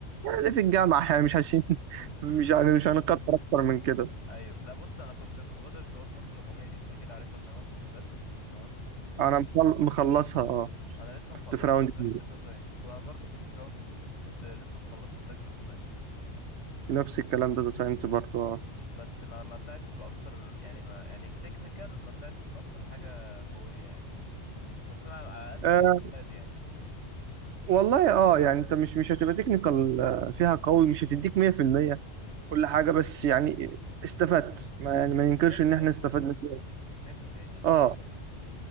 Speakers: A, on the right; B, on the left.
A: اللي في الجامعة يعني مش عايزين <laughs>
B: امم
A: مش يعني مش هنكتر أكتر من كده
B: ايوه لا بص انا كنت في مبادره رواد مصر الرقميه دي انت اكيد عارفها طالما في حاسبات تمام
A: أنا مخل- مخلصها اه
B: انا لسه مخلصها
A: كنت في راوند
B: تراك
A: اتنين.
B: داتا ساينس انا برضو كنت في راوند 2 كنت لسه مخلصها تراك داتا ساينس
A: نفس الكلام داتا ساينس برضه اه
B: بس ما ما طلعتش باكتر يعني ما يعني تكنيكال ما طلعتش باكتر حاجه قويه يعني بس انا على الاقل
A: آه،
B: معايا روت ماب يعني
A: والله اه يعني انت مش مش هتبقى تكنيكال فيها قوي مش هتديك 100% كل حاجة بس يعني استفدت ما يعني ما ننكرش
B: 100%
A: ان احنا
B: استفدت
A: استفدنا فيها
B: 100% يعني ما فيهاش
A: اه
B: كلام